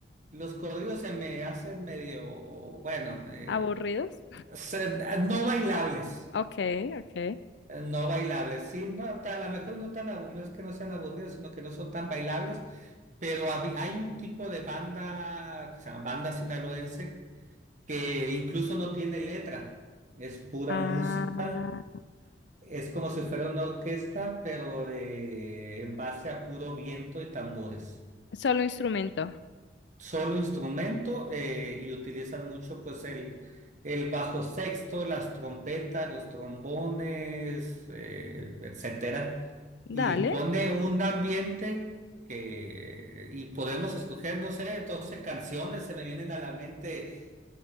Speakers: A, on the right (about 45°); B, on the left (about 70°).
A: los corridos se me hacen medio, bueno, eh,
B: ¿Aburridos?
A: se- no bailables
B: Ok, ok.
A: eh, No bailables, sí, no, ta- a lo mejor no tan, abu- no es que no sean aburridos, sino que no son tan bailables, pero hab- hay un tipo de banda, que se llama banda sinaloense, que incluso no tiene letra, es pura
B: Ah.
A: música, es como si fuera una orquesta, pero de- en base a puro viento y tambores
B: Solo instrumento.
A: solo instrumento eh, y utilizan mucho pues el, el bajo sexto, las trompetas, los trombones, eh, etcétera. Y
B: Dale,
A: pone un ambiente que, y podemos escoger, no sé, 12 canciones, se me vienen a la mente